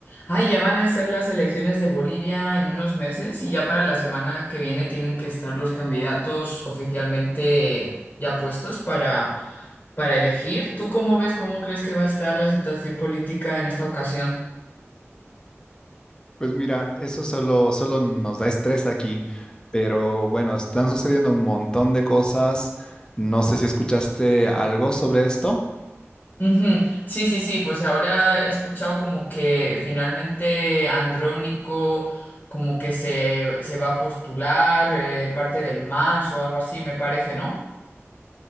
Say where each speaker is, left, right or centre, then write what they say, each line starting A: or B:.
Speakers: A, on the left; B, on the left.
A: Ay, ya van a ser las elecciones de Bolivia en unos meses y ya para la semana que viene tienen que estar los candidatos oficialmente ya puestos para, para elegir. ¿Tú cómo ves, cómo crees que va a estar la situación política en esta ocasión?
B: Pues mira, eso solo, solo nos da estrés aquí, pero bueno, están sucediendo un montón de cosas. No sé si escuchaste algo sobre esto.
A: Ujú. Sí, sí, sí, pues ahora he escuchado como que finalmente Andrónico como que se, se va a postular eh, de parte del MAS o algo así, me parece, ¿no?